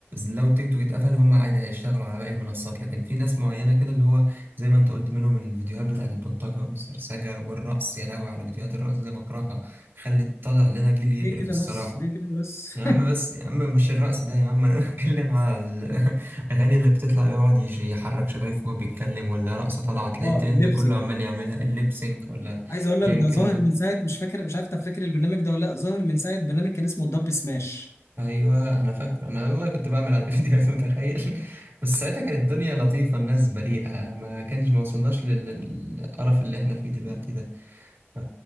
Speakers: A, on the right (about 50°); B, on the left (about 80°).
A: لو التيك توك اتقفل هم عادي هيشتغلوا على باقي المنصات لكن في ناس معينه كده اللي هو زي ما انت قلت منهم الفيديوهات بتاعت البلطجه والسرسجه والرقص يا لهوي على فيديوهات الرقص دي بكرهها خلت طلع لنا جيل يقرف
B: ليه كده
A: الصراحه
B: بس ليه كده بس
A: يا عم
B: <laughs>
A: بس يا عم مش الرقص ده يا عم انا بتكلم على الاغاني <laughs> اللي بتطلع يقعد يش- يحرك شفايفه وهو بيتكلم ولا رقصه طالعه تلاقي
B: اه
A: الترند
B: الليبسينج
A: كله عمال يعملها الليبسينك ولا
B: عايز اقول لك
A: ايا
B: ده
A: كان
B: ظاهر
A: ده
B: من ساعه مش فاكر مش عارف انت فاكر البرنامج ده ولا لا ظاهر من ساعه برنامج كان اسمه الدب سماش
A: ايوه انا فاكر انا والله كنت بعمل على الفيديوهات <laughs> متخيل بس ساعتها كانت الدنيا لطيفه الناس بريئه ما كانش ما وصلناش للقرف اللي احنا فيه دلوقتي ده ف-